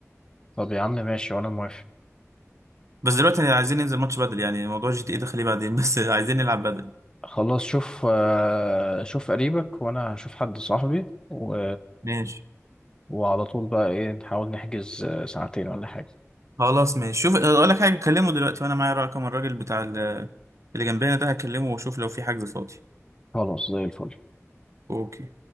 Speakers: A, on the left (about 15°); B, on the right (about 70°).
A: طب يا عم ماشي وأنا موافق
B: بس دلوقتي عايزين ننزل ماتش بدل يعني موضوع جي تي اي ده خليه بعدين <laughs> بس عايزين نلعب بدل
A: خلاص شوف آه، شوف قريبك وأنا هشوف حد صاحبي و...
B: ماشي
A: وعلى طول بقى إيه نحاول نحجز آه، ساعتين ولا حاجة
B: خلاص ماشي شوف اقول لك حاجه كلمه دلوقتي وانا معايا رقم الراجل بتاع ال- اللي جنبنا ده هكلمه واشوف لو في حجز فاضي
A: خلاص زي الفل
B: اوكي